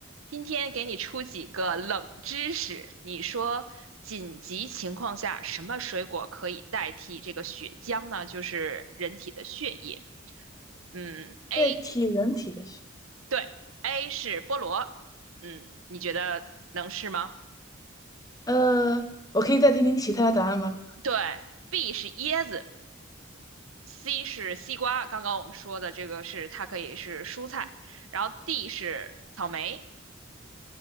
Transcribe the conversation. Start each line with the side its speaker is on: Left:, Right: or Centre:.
Right: 今天给你出几个冷知识，你说紧急情况下什么水果可以代替这个血浆呢？就是人体的血液。嗯，A，
Left: 代替人体的血，
Right: 对，A 是菠萝。嗯，你觉得能是吗？
Left: 呃，我可以再听听其他的答案吗？
Right: 对，B 是椰子，C 是西瓜。刚刚我们说的这个是它可以是蔬菜，然后 D 是草莓。